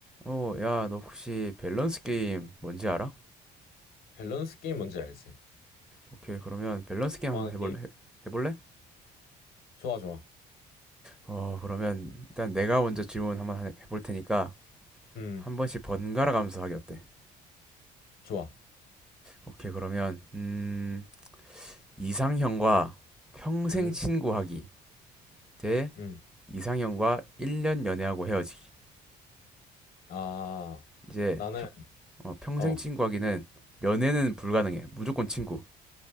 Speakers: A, in the centre; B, on the left.
A: 어, 야, 너 혹시 밸런스 게임 뭔지 알아?
B: 밸런스 게임 뭔지 알지?
A: 오케이, 그러면 밸런스 게임
B: 좋아하는
A: 한번 해볼,
B: 게임.
A: 해, 해볼래?
B: 좋아, 좋아.
A: 어, 그러면 일단 내가 먼저 질문 한번 하- 해볼 테니까
B: 음,
A: 한 번씩 번갈아 가면서 하기 어때?
B: 좋아.
A: 오케이, 그러면, 음, 이상형과 평생
B: 음,
A: 친구하기 대
B: 음.
A: 이상형과 1년 연애하고 헤어지기.
B: 아,
A: 이제
B: 나는,
A: 평, 어, 평생
B: 어,
A: 친구하기는 연애는 불가능해. 무조건 친구.